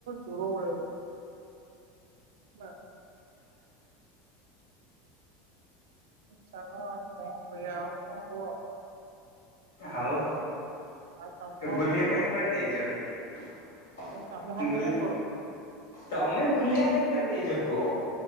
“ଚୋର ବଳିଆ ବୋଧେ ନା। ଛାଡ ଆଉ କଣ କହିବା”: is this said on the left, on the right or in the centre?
Right